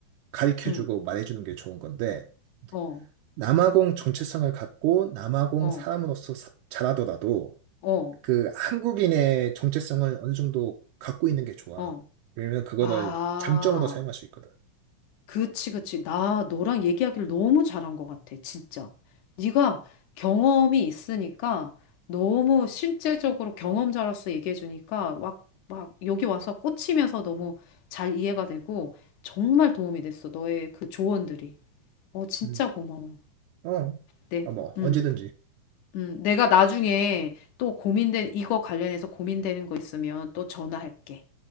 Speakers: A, on the right (about 75°); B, on the left (about 75°).
A: 가르쳐주고
B: 응.
A: 말해주는 게 좋은 건데
B: 어,
A: 남아공 정체성을 갖고 남아공
B: 어,
A: 사람으로서 사- 잘하더라도
B: 어,
A: 그 한국인의 정체성을 어느 정도 갖고 있는 게 좋아.
B: 어.
A: 왜냐면 그거를
B: 아.
A: 장점으로 사용할 수 있거든.
B: 그치, 그치. 나 너랑 얘기하기를 너무 잘한 것 같아, 진짜. 네가 경험이 있으니까 너무 실제적으로 경험자로서 얘기해주니까 막, 막 여기 와서 꽂히면서 너무 잘 이해가 되고 정말 도움이 됐어, 너의 그 조언들이. 어, 진짜
A: 음.
B: 고마워.
A: 어,
B: 네,
A: 어, 뭐
B: 음,
A: 언제든지.
B: 음. 내가 나중에 또 고민된, 이거 관련해서 고민되는 거 있으면 또 전화할게.